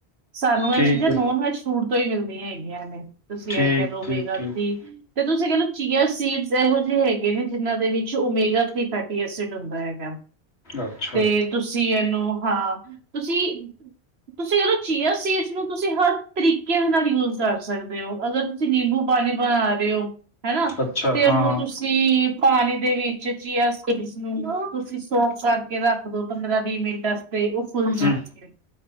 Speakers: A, on the right; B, on the left.
A: ਸਾਨੂੰ
B: ਠੀਕ
A: ਇਹ ਚੀਜ਼ਾਂ
B: ਹੈ
A: ਨੋਨ ਵੈਜ ਸੂਟ ਤੋਂ ਹੀ ਮਿਲਦੀਆਂ ਹੈਗੀਆਂਨ ਤੁਸੀਂ
B: ਠੀਕ
A: ਇਹ ਕਹਿ ਲਓ
B: ਠੀਕ
A: ਮੇਗਾ
B: ਠੀਕ
A: ਥ੍ਰਰੀ ਤੇ ਤੁਸੀਂ ਕਹਿ ਲਓ ਚੀਆ ਸੀਡ ਇਹੋ ਜਿਹੇ ਹੈਗੇ ਨੇ ਜਿਨਾਂ ਦੇ ਵਿੱਚ ਓਮੇਗਾਸਿਡ ਹੁੰਦਾ ਹੈਗਾ
B: ਅੱਛਾ
A: ਤੇ ਤੁਸੀਂ ਇਹਨੂੰ ਹਾਂ ਤੁਸੀਂ ਤੁਸੀਂਲੋ ਚੀ ਸੀਜ ਨੂੰ ਤੁ ਹਰ ਤਰੀਕੇ ਦੇ ਨਾਲ ਯੂਜ ਕਰ ਸਕਦੇ ਹੋ ਅਗਰ ਤੁਸੀਂ ਨਿੰਬੂ ਪਾਣੀ ਬਣਾ ਰਹੇ ਹੋ ਹਨਾ
B: ਅੱਛਾ
A: ਤੇ
B: ਹਾਂ
A: ਉਹਨੂੰ
B: ਹਾਂ
A: ਤੁਸੀਂ ਪਾਣੀ ਦੇ ਵਿੱਚ ਚੀਆ ਤੁਸੀਂ ਸੋਫ ਕਰ ਕੇ ਰੱਖ ਦੋ ਪੰਦਰਾਂ ਵੀਹ ਮਿੰਟ ਤੇ ਉਹ ਫੁੱਲ ਜਾਂਦੀ
B: ਹੂੰ
A: ਹੈ